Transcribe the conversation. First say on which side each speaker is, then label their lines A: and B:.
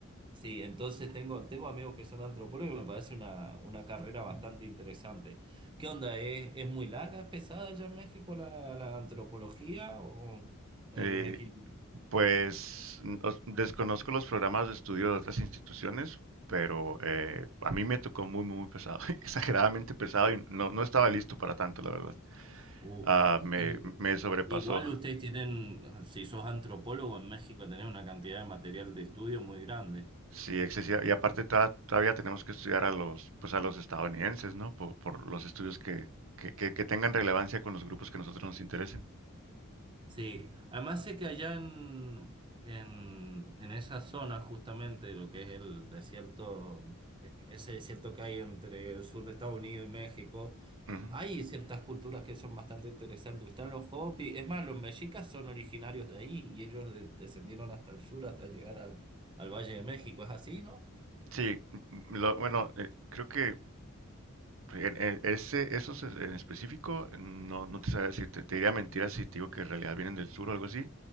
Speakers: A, on the right; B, on the right.
A: Sí, entonces tengo, tengo amigos que son antropólogos y me parece una, una carrera bastante interesante. ¿Qué onda? ¿Es, es muy larga, es pesada allá en México la, la antropología o hay
B: Eh,
A: un equilibrio?
B: Pues n- os- desconozco los programas de estudio de otras instituciones, pero eh, a mí me tocó muy, muy pesado, <laughs> exageradamente pesado y no, no estaba listo para tanto, la verdad.
A: Uh,
B: Ah, me,
A: y
B: me sobrepasó.
A: igual ustedes tienen, si sos antropólogo en México, tenés una cantidad de material de estudio muy grande.
B: Sí, excesiva. Y aparte ta- todavía tenemos que estudiar a los, pues a los estadounidenses, ¿no? Por, por los estudios que, que, que- que tengan relevancia con los grupos que a nosotros nos interesen.
A: Sí, además sé que allá en, en, en esa zona, justamente lo que es el desierto, e- ese desierto que hay entre el sur de Estados Unidos y México,
B: Ujú.
A: hay ciertas culturas que son bastante interesantes. Están los Hopi, es más, los mexicas son originarios de ahí y ellos de- descendieron hasta el sur hasta llegar al, al Valle de México, ¿es así, no?
B: Sí, m- lo- bueno, eh, creo que En- en- Ese, esos es- en específico, no, no te sabría decir, te, te diría mentiras si te digo que en realidad vienen del sur o algo así,